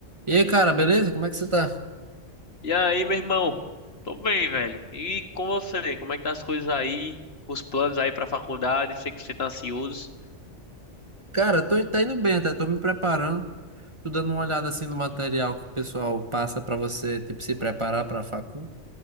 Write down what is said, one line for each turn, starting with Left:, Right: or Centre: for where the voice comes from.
Right: E aí, cara, beleza? Como é que você tá?
Left: E aí, meu irmão? Tô bem, velho. E com você? Como é que tá as coisas aí? Os planos aí pra faculdade? Sei que você tá ansioso.
Right: Cara, tô, tá indo bem, tá? Tô me preparando. Tô dando uma olhada assim no material que o pessoal passa pra você, tipo, se preparar pra facu.